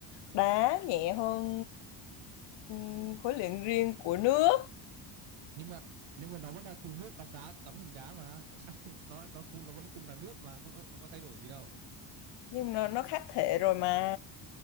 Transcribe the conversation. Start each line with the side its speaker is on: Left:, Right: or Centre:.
Left: đá nhẹ hơn ừm, khối lượng riêng của nước
Right: Nhưng mà nhưng mà nó vẫn là từ nước đóng đá đóng thành đá mà tại sao nó nó cũng- nó vẫn cùng là nước mà nó có, nó có thay đổi gì đâu
Left: nhưng mà nó khác thể rồi mà